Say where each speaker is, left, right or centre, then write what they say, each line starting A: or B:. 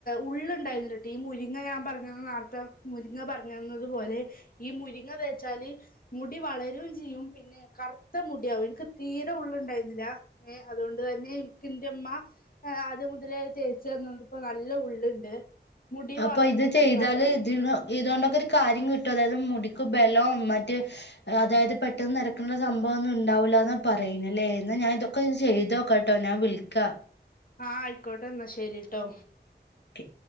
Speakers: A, on the left; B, on the left.
A: ഉള്ള്. ഉണ്ടായിരുന്നില്ലട്ട ഈ മുരിങ്ങ ഞാൻ പറഞ്ഞ നേരത്ത മുരിങ്ങ പറഞ്ഞതു പോലെ ഈ മുരിങ്ങ തേച്ചാല് മുടി വളരും ചെയ്യും പിന്നെ കറുത്ത മുടിയാവും എനിക്ക് തീരെ ഉള്ള് ഉണ്ടായിരുന്നില്ല അതോണ്ട് തന്നെ ഇനിക്കിന്റുമ്മ ആഹ് അദ്യം മുതലേ തേച്ച് തന്നോണ്ട് ഇപ്പ നല്ല ഉള്ളുണ്ട് മുടി
B: അപ്പൊ
A: വളർന്നിട്ടുണ്ട്
B: ഇത് ചെയ്താല്
A: നല്ലോണം
B: ഇത്ന് ഇതുകൊണ്ടൊക്കെ ഒരു കാര്യം കിട്ടും അതായത് മുടിക്ക് ബലം മറ്റ് അതായത് പെട്ടെന്ന് നരക്കണ സംഭവ ഒന്നും ഉണ്ടാവില്ലന്ന പറയുന്നല്ലേ എന്നാ ഞാൻ ഇത് ഒക്കെ ഇത് ചെയ്തോക്കട്ടേ ഞാൻ വിളിക്കാ
A: ആഹ് ആയിക്കോട്ടെ എന്നാ ശരിട്ടോ
B: ഒക്കെ